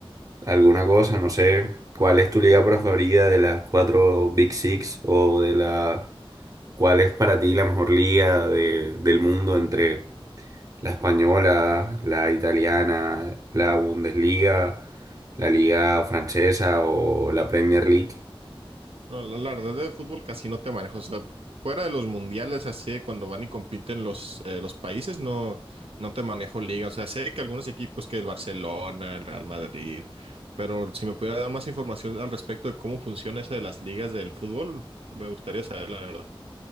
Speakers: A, on the right (about 35°); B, on the right (about 80°).
A: alguna cosa, no sé. ¿Cuál es tu liga preferida de las cuatro Big Six? ¿O de la... cuál es para ti la mejor liga de- del mundo entre la española, la italiana, la Bundesliga, la liga francesa o la Premier League?
B: No, la, la verdad de fútbol casi no te manejo. O sea, fuera de los mundiales, así de cuando van y compiten los, eh, los países, no, no te manejo liga. O sea, sé que algunos equipos que el Barcelona, el Real Madrid, pero si me pudiera dar más información al respecto de cómo funciona eso de las ligas del fútbol, me gustaría saber, la verdad.